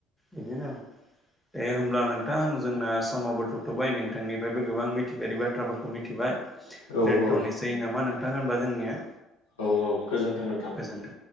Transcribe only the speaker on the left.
औ
औ औ गोजोन्थों नोंथां।